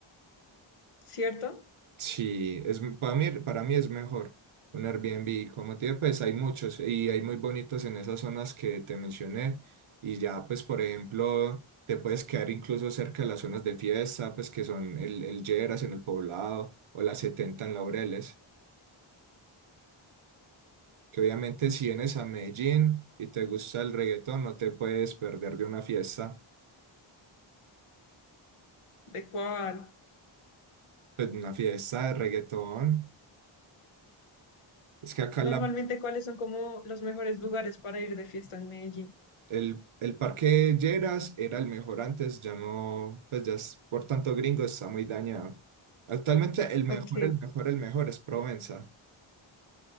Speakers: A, on the left; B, on the right.
A: ¿Cierto?
B: Sí, es, para mí, para mí es mejor un Airbnb. Como te digo, pues hay muchos y hay muy bonitos en esas zonas que te mencioné. Y ya, pues, por ejemplo, te puedes quedar incluso cerca de las zonas de fiesta, pues que son el, el Lleras en el Poblado o las 70 en Laureles. Que obviamente si vienes a Medellín y te gusta el reggaetón, no te puedes perder de una fiesta,
A: ¿De cuál?
B: pues una fiesta de reggaetón. Es que acá
A: Normalmente,
B: la,
A: ¿cuáles son como los mejores lugares para ir de fiesta en Medellín?
B: El, el parque Lleras era el mejor antes, ya no, pues ya es por tanto gringo, está muy dañado. Actualmente el mejor,
A: Ok,
B: el mejor, el mejor es Provenza.